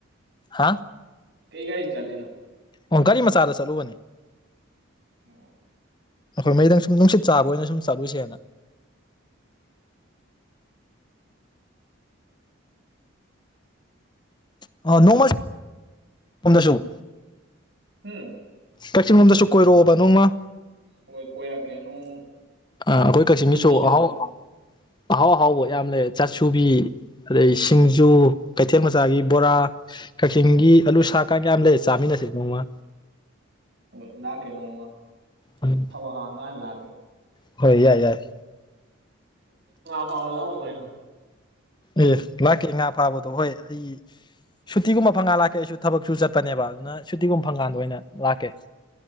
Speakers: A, on the left (about 20°); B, on the right (about 55°).
A: ꯍꯥ
B: ꯀꯩ ꯒꯥꯔꯤ ꯆꯂꯤꯅꯣ
A: ꯑꯣꯒꯥꯔꯤ ꯃꯆꯥꯗ ꯆꯠꯂꯨꯕꯅꯦ
B: ꯑꯣ
A: ꯑꯈꯣꯏ ꯃꯩꯗꯪ ꯁꯨꯝ ꯅꯨꯡꯁꯤꯠ ꯆꯥꯕ ꯑꯣꯏꯅ ꯁꯨꯝ ꯆꯠꯂꯨꯁꯦꯅ ꯑ ꯅꯣꯡꯃ <unintelligible> ꯗꯁꯨ
B: ꯍꯝ
A: ꯀꯛꯆꯤꯡ ꯂꯣꯝꯗꯁꯨ ꯀꯣꯏꯔꯛꯑꯣꯕ ꯅꯣꯡꯃ
B: ꯍꯣꯏ ꯀꯣꯏꯔꯀꯦ ꯅꯣꯡ
A: ꯑꯩ ꯑꯈꯣꯏ ꯀꯛꯆꯤꯡꯒꯤꯁꯨ
B: ꯁꯨꯇꯤ ꯂꯩꯀꯥꯟꯗ
A: ꯑꯍꯥꯎꯕ
B: ꯁꯨꯝ
A: ꯑꯍꯥꯎ ꯑꯍꯥꯎꯕ ꯌꯥꯝ ꯂꯩꯔꯦ ꯆꯥꯁꯨꯕꯤ ꯑꯗꯩ ꯁꯤꯡꯖꯨ ꯀꯩꯊꯦꯜ ꯃꯆꯥꯒꯤ ꯕꯣꯔꯥ ꯀꯛꯆꯤꯡꯒꯤ ꯑꯂꯨ ꯁꯥꯛꯀꯥ ꯌꯥꯝ ꯂꯩꯔꯦ ꯆꯥꯃꯤꯟꯅꯁꯤ ꯅꯣꯡꯃ
B: ꯍꯣꯏ ꯂꯥꯀꯦ ꯅꯣꯡꯃ
A: ꯎꯝ
B: ꯊꯋꯥ ꯍꯥꯡꯉ ꯂꯥꯛꯀꯦ
A: ꯍꯣꯏ ꯌꯥꯏ ꯌꯥꯏ
B: ꯍꯥꯎꯕ ꯂꯥꯎꯑꯣ ꯀꯩꯅꯅꯣ
A: ꯑꯦ ꯂꯥꯛꯀꯦ ꯉꯥ ꯐꯥꯕꯗꯣ ꯍꯣꯏ ꯑꯩ ꯁꯨꯇꯤꯒꯨꯝꯕ ꯐꯪꯉꯥꯟ ꯂꯥꯛꯀꯦ ꯑꯩꯁꯨ ꯊꯕꯛꯁꯨ ꯆꯠꯄꯅꯦꯕ ꯑꯗꯨꯅ ꯁꯨꯇꯤꯒꯨꯝꯕ ꯐꯪꯀꯥꯟꯗ ꯑꯣꯏꯅ ꯂꯥꯛꯀꯦ